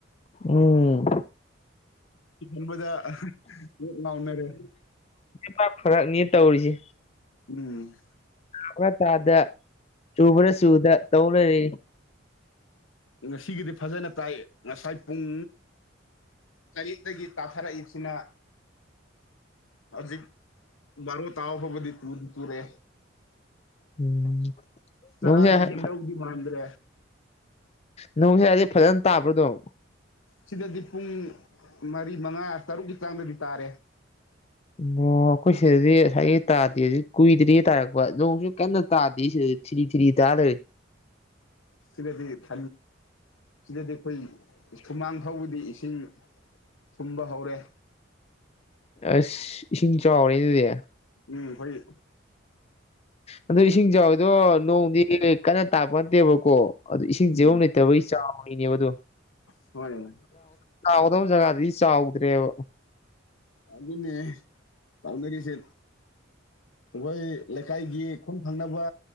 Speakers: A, on the left; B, on the left.
A: ꯎꯝ
B: ꯎꯕꯗ ꯀ‌ꯣꯛ ꯉꯥꯎꯅꯔ‌ꯦ
A: ꯄꯥ ꯐꯔꯛꯅ‌ꯦ ꯇꯧꯔꯤꯁꯦ
B: ꯎꯝ꯫
A: ꯇꯥꯕ꯭ꯔꯥ ꯇꯥꯗ ꯆꯨꯕ꯭ꯔ ꯆꯨꯗ ꯇꯧ ꯂꯩꯔ‌ꯦ
B: ꯉꯁꯤꯒꯤꯗꯤ ꯐꯖꯅ ꯇꯥꯏ ꯉꯁꯥꯏ ꯄꯨꯡ ꯇꯔꯦꯠꯇꯒꯤ ꯇꯥꯊꯔꯛꯏꯕꯁꯤꯅ꯫ ꯍꯧꯖꯤꯛ ꯕꯥꯔꯣ ꯇꯥꯕ ꯐꯥꯎꯕꯗꯤ ꯇꯨꯗꯤ ꯇꯨꯨꯔꯦ
A: ꯎꯝ
B: ꯆꯥꯔꯥꯗꯤ
A: ꯅꯣꯡꯁꯥ
B: ꯍꯦꯟꯗꯧꯗꯤ ꯃꯥꯟꯗ꯭ꯔꯦ
A: ‌ꯅ‌ꯣꯡꯁꯦ ꯑꯗꯤ ꯐꯖꯅ ꯇꯥꯕ꯭ꯔꯥ ꯗꯨꯝ
B: ꯁꯤꯗꯗꯤ ꯄꯨꯡ ꯃꯔꯤ ꯃꯉꯥ ꯇꯔꯨꯛꯀꯤ ꯆꯥꯡꯗꯗꯤ ꯇꯥꯔꯦ
A: ꯑꯣ ꯑꯩꯈꯣꯏ ꯁꯤꯗꯗꯤ ꯉꯁꯥꯏꯒꯩ ꯇꯥꯗꯦ ꯀꯨꯏꯗ꯭ꯔꯤꯌ‌ꯦ ꯇꯥꯔꯛꯄ ꯅꯣꯡꯁꯨ ꯀꯟꯅ ꯇꯥꯗ‌ꯦ ꯁꯤꯗꯗꯤ ꯊꯤꯔꯤ ꯊꯤꯔꯤ ꯇꯥ ꯂꯩꯔ‌ꯦ
B: ꯁꯤꯗꯗꯤ <inaudible> ꯁꯤꯗꯗꯤ ꯑꯩꯈꯣꯏ ꯁꯨꯃꯥꯡ ꯐꯥꯎꯕꯗꯤ ꯏꯁꯤꯡ ꯊꯨꯝꯕ ꯍꯧꯔꯦ
A: ꯑꯁ ꯏꯁꯤꯡ ꯆꯥꯎꯔꯦꯅ ꯑꯗꯨꯗꯤ
B: ꯎꯝ ꯈ‌ꯣꯏꯒꯤ
A: ꯑꯗꯨ ꯏꯁꯤꯡ ꯆꯥꯎꯋꯤꯗꯣ ꯅꯣꯡꯗꯤ ꯀꯟꯅ ꯇꯥꯔꯛꯄ ꯅꯠꯇꯦꯕꯀꯣ ꯑꯗꯨ ꯏꯁꯤꯡ
B: ꯎꯝ
A: ꯆꯦꯟꯕꯝ ꯂꯩꯇꯕꯒꯤ ꯆꯥꯎ <unintelligible>
B: <unintelligible>
A: ꯆꯥꯎꯒꯗ‌ꯣꯕ ꯖꯒꯥꯗꯗꯤ ꯆꯥꯎꯗ꯭ꯔꯦꯕ꯫
B: ꯑꯗꯨꯅꯦ ꯇꯥꯎꯅꯔꯤꯁꯦꯠ ꯒꯣꯏ ꯂꯩꯀꯥꯏꯒꯤ ꯈꯨꯟ ꯊꯪꯅꯕ